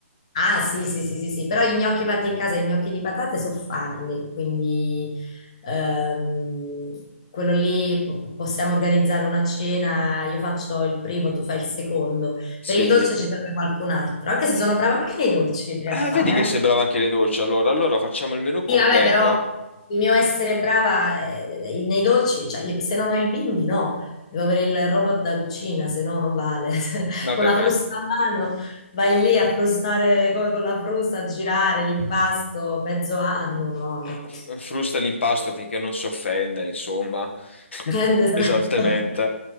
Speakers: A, on the left; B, on the left.
A: Ah, sì, sì, sì, sì, sì, però gli gnocchi fatti in casa, i gnocchi di patate so farli, quindi ehm, quello lì po- possiamo organizzare una cena, io faccio il primo, tu fai il secondo.
B: Sì.
A: Per il dolce ci serve qualcun altro, anche se sono brava anche nei dolci in realtà,
B: Eh, vedi che sei
A: eh.
B: brava anche nei dolci, allora. Allora facciamo il menù completo.
A: Sì, vabbè, però il mio essere brava eh, nei dolci, cioè io- se non ho il bimbi, no, devo avere il robot da cucina, se no non vale. <laughs>
B: Vabbè,
A: Con la
B: ma...
A: frusta
B: il-
A: a mano vai lì a frustare co- con, la frusta, a girare l'impasto mezzo anno, no,
B: eh,
A: no, no.
B: frusta l'impasto finché non si offende, insomma, <laughs>
A: <laughs> no. Esatto.
B: pesantemente.